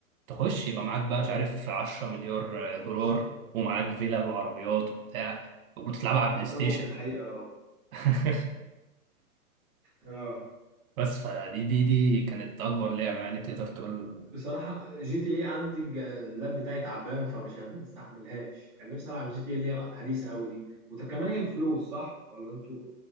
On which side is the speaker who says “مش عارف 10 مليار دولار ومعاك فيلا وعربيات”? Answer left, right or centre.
Right